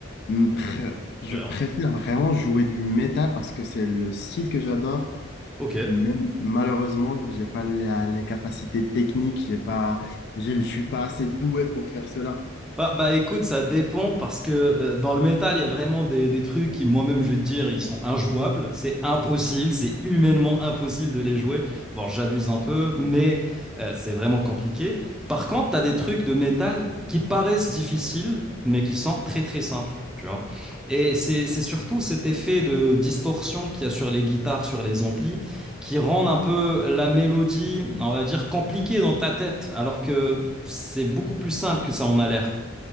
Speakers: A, on the left (about 55°); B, in the centre.
A: Hum, pré- Je
B: Super.
A: préfère vraiment jouer du métal parce que c'est le style que j'adore.
B: Ok.
A: Mais malheureusement, j'ai pas la- les capacités techniques, j'ai pas, j'ai- je suis pas assez doué pour faire cela.
B: Bah, bah, écoute, ça dépend parce que euh, dans le métal, il y a vraiment des, des trucs qui, moi-même, je vais te dire, ils sont injouables. C'est impossible, c'est humainement impossible de les jouer. Bon, j'abuse un peu, mais euh, c'est vraiment compliqué. Par contre, t'as des trucs de métal qui paraissent difficiles, mais qui sont très très simples, tu vois. Et c'est c'est surtout cet effet de distorsion qu'il y a sur les guitares, sur les amplis, qui rendent un peu la mélodie, on va dire, compliquée dans ta tête, alors que c'est beaucoup plus simple que ça en a l'air.